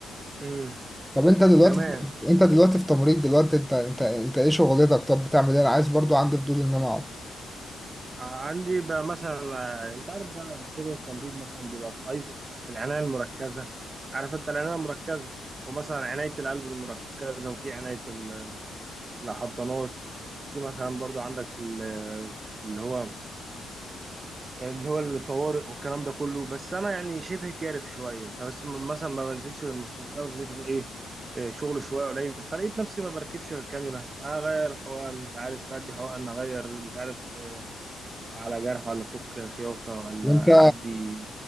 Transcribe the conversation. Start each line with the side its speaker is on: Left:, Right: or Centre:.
Right: امم
Centre: طب أنت دلوقتي
Right: تمام
Centre: في... أنت دلوقتي في تمريض دلوقتي أنت أنت أنت إيه شغلتك طب بتعمل إيه؟ أنا عايز برضو عندي فضول إن أنا أعرف
Right: عندي بقى مثلا آه، انت عارف بقى شغل التمريض مثلا بيبقى في الاي في العنايه المركزه عارف انت العنايه المركزه ومثلا عنايه القلب المركزه وفي عنايه ال- الحضانات في مثلا برضو عندك في ال- اللي هو اللي هو الطوارئ والكلام ده كله بس انا يعني شبه كارف شويه فبس م- مثلا ما بنزلش غير المستشفيات غير ايه آه، شغل شويه قليل فلقيت نفسي ما بركبش غير الكانيولا اغير حقن مش عارف ادي حقن اغير مش عارف آه، على جرح ولا فك خياطة ولا
Centre: وأنت
Right: أدي